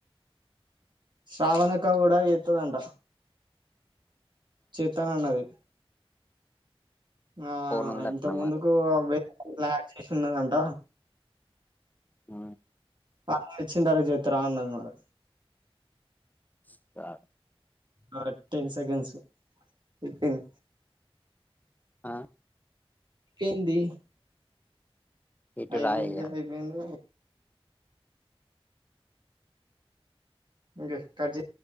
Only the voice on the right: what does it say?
శ్రావణక్ అక్క కూడా ఎత్తదంట చేతనన్నది ఆ
ఇంత ముందుకు
వె బ్లాక్ చేసి ఉన్నందంట
అన్నయ్య వచ్చిన తర్వాత చేతర అన్నది మరి
కరెక్ట్ టెన్ సెకన్స్ ఫిఫ్టీన్
ఏంది
అయిబింది
అయిబింది ఇంకా కట్ చే